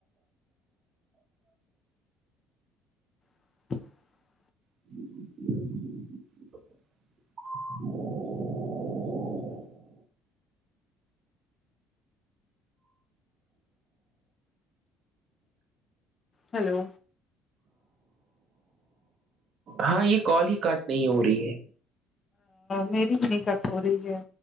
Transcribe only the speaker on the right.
ج <inaudible>
ہاں یہ کال ہی کاٹ نہیں ہو رہی ہے